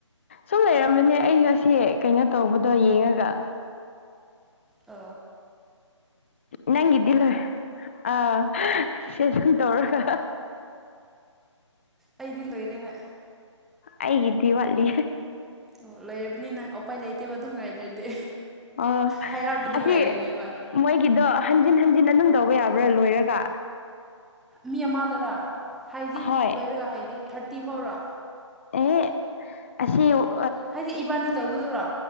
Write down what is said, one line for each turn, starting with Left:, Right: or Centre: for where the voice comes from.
Left: ꯁꯨꯝ ꯂꯩꯔꯝꯕꯅꯦ ꯑꯩ ꯉꯁꯦ ꯀꯩꯅꯣ ꯇꯧꯕꯗꯣ ꯌꯦꯡꯉꯒ
Centre: ꯑ
Left: ꯅꯪꯗꯂꯣ ꯑ ꯁꯦꯟ ꯇꯧꯔꯒ
Centre: ꯑꯩꯗꯤ ꯂꯣꯏꯔꯦꯕ
Left: ꯑꯩꯒꯤꯗꯤꯋꯥꯂꯤ
Centre: ꯑꯣ ꯂꯩꯔꯕꯅꯤ ꯅꯪ ꯎꯄꯥꯏ ꯂꯩꯇꯦꯕ ꯑꯗꯨꯝ ꯉꯥꯏꯗ꯭ꯔꯗꯤ
Left: ꯑꯣ
Centre: ꯍꯥꯏꯔꯛꯄꯗ
Left: ꯑꯁꯤ
Centre: ꯉꯥꯏꯔꯤꯅꯦꯕ
Left: ꯃꯣꯏꯒꯤꯗꯣ ꯍꯟꯖꯤꯟ ꯍꯟꯖꯤꯟ ꯑꯗꯨꯝ ꯇꯧꯕ ꯌꯥꯕ ꯂꯣꯏꯔꯒ
Centre: ꯃꯤ ꯑꯃꯗꯔ ꯍꯥꯏꯗꯤ
Left: ꯍꯣꯏ
Centre: ꯂꯣꯏꯔꯒ ꯍꯥꯏꯗꯤ ꯊꯥꯔꯇꯤ ꯐꯥꯎꯔ
Left: ꯑꯦ ꯑꯁꯤ ꯑꯁꯤ
Centre: ꯍꯥꯏꯗꯤ ꯏꯕꯥꯅꯤ ꯇꯧꯕꯗꯨꯔꯣ